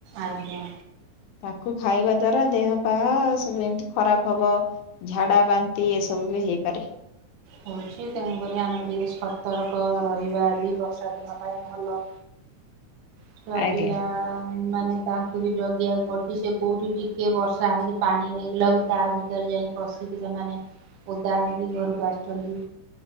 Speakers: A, on the right; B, on the left.
A: ଆଜ୍ଞା।
B: ତାକୁ ଖାଇବା ଦ୍ଵାରା ଦେହ ପାହା ସବୁ ଏମିତି ଖରାପ ହବ। ଝାଡା ବାନ୍ତି ଏସବୁ ବି ହେଇପାରେ।
A: ହଉଚି। ତେଣୁକରି ଆମେ ଟିକେ ସତର୍କ ରହିବା ବି ବର୍ଷା ଦିନ ପାଇଁ ଭଲ। ଛୁଆପିଲା
B: ଆଜ୍ଞା।
A: ମାନେ ତାଙ୍କୁ ବି ଜଗିବାକୁ ପଡୁଚି। ସେ କୋଉଠି ଟିକେ ବର୍ଷା ହେଇକି ପାଣି ହେଇଗଲା ବେଳ କୁ ତା ବି କାଲି ଯାଇକି ପଶିକି ସେମାନେ ଓଦା ହେଇକି ଘରକୁ ଆସୁଛନ୍ତି।